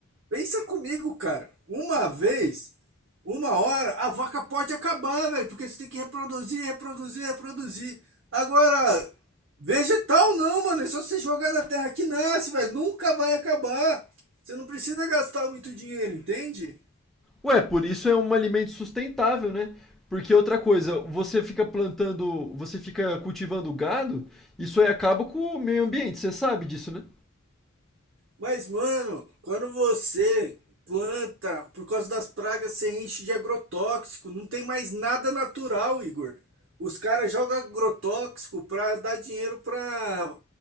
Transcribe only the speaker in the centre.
Ué, por isso é um alimento sustentável, né? Porque outra coisa, você fica plantando, você fica cultivando gado, isso aí acaba com o meio ambiente, você sabe disso, né?